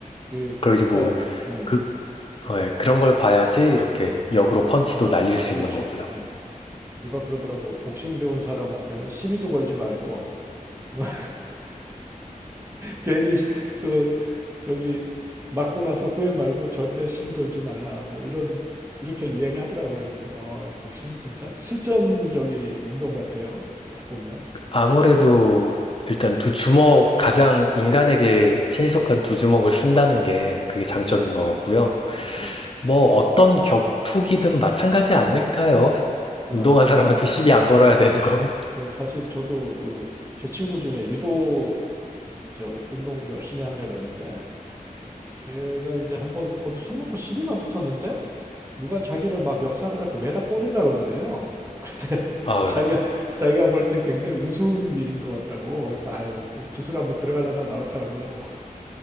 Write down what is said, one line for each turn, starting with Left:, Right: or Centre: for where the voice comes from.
Right: 그
Left: 그리고
Right: 누가 예,
Left: 그 어, 예, 그런 걸 봐야지 이렇게
Right: 예.
Left: 역으로 펀치도 날릴 수
Right: 그렇죠.
Left: 있는 거고요.
Right: 예. 누가 그러더라고. 복싱 배운 사람한테는 시비도 걸지 말고 <laughs> 괜히 시- 그 저기 맞고 나서 후회 말고 절대 시비 걸지 말라. 뭐 이런 이렇게 이야기하더라고요. 그래서 어, 복싱이 진짜 실전적인 운동 같아요. 딱 보면.
Left: 아무래도 일단 두 주먹, 가장 인간에게 친숙한 두 주먹을 쓴다는 게
Right: 예.
Left: 그게 장점인 것 같고요.
Right: 네, 예.
Left: 뭐 어떤 격투기든 마찬가지 아닐까요?
Right: 그
Left: 운동한
Right: 맞습니다.
Left: 사람한테 시비
Right: 예.
Left: 안 걸어야 되는 건. <laughs>
Right: 그 사실 저도 그 제 친구 중에 유도 저 운동 열심히 하는 애가 있는데 걔가 이제 한 번 어디 술 먹고 시비가 붙었는데 누가 자기를 막 멱살을 잡고 매다 꽂으려고 그러더래요. 근데 <laughs>
Left: 아유,
Right: 자기가 자기가 볼 때 굉장히 우스운 일인 것 같다고. 그래서 아유 그 기술 한번 들어가려다 말았다 그러더라고.